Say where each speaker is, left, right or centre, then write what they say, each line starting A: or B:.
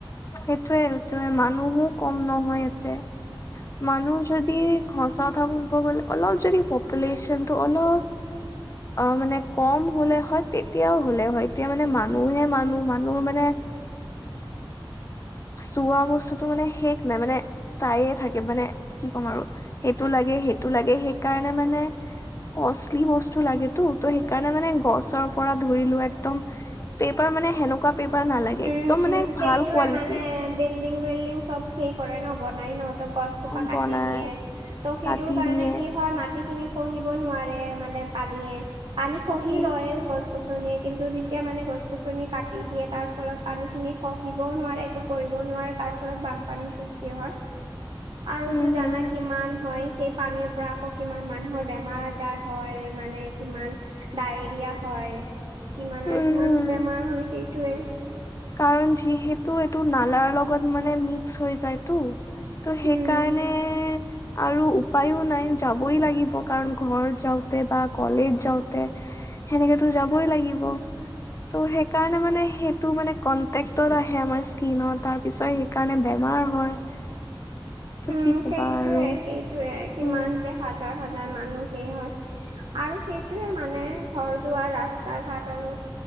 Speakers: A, on the left; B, on the right.
A: সেইটোয়ে-সেইটোৱে মানুহো কম নহয় ইয়াতে। মানুহ যদি সঁচা কথা কব গলে অলপ যদি পপুলেচন টো অলপ অ', মানে কম হ'লে হয় তেতিয়াও হ'লে হয় এতিয়া মানে মানুহহে-মানুহ-মানুহ মানে চোৱা বস্তুতটো মানে শেষ নাই মানে চাইে থাকে মানে কি ক'ম আৰু সেইটো লাগে সেইটো লাগে সেইকাৰণে মানে কষ্টলি বস্তু লাগেতো ত' সেইকাৰণে মানে গছৰ পৰা ধৰিলোৱা একদম পেপাৰ মানে সেনেকুৱা পেপাৰ নালাগে
B: উম-উম
A: একদম মানে
B: সেইটোয়ে
A: ভাল কোৱালিটি
B: মানে বিল্ডিং-উল্ডিং চব সেই কৰে ন বনাই ন, ত গছ খোপা কাটি
A: বনাই
B: দিয়ে ত' সেইটোৰ
A: কাটি
B: কাৰণে
A: দিয়ে।
B: কি হয়, মাটি খিনি খহিব নোৱাৰে মানে পানীয়ে, পানী খহি
A: উম,
B: লয় গছ গছ গছনিয়ে কিন্তু যেতিয়া মানে গছ গছনি কাটি দিয়ে তাৰ ফলত পানী খিনি খহিবও নোৱাৰে একো কৰিবও নোৱাৰে তাৰ ফলত বানপানীৰ সৃষ্টি হয়। আৰু
A: উম,
B: তো জানা কিমান হয় সেই পানীৰ পৰা আকৌ কিমান মানুহৰ বেমাৰ আজাৰ হয় মানে কিমান ডায়েৰিয়া হয় কিমান
A: হম, উম,
B: আৰু কিমান
A: হম।
B: বেমাৰ হয় সেইটোৱে।
A: কাৰণ যিহেতু এইটো নালাৰ লগত মানে মিক্স হৈ যায়তটো। ত' সেইকাৰণে
B: উম।
A: আৰু উপায়ো নাই যাবই লাগিব কাৰণ ঘৰ যাওঁতে বা কলেজ যাওঁতে সেনেকেতো যাবই লাগিব ত' সেইকাৰণে মানে সেইটো মানে কনটেক্টত আহে আমাৰ স্কীনত তাৰ পিছত সেইকাৰণে বেমাৰ হয়। ত'
B: উম,
A: কি কবা
B: সেইটোয়ে-সেইটোয়ে
A: আৰু
B: কিমান
A: উম,
B: যে হাজাৰ-হাজাৰ মানুহ সেই হয়। আৰু সেইটোয়ে মানে ঘৰ দুৱাৰ ৰাস্তা ঘাট আৰু।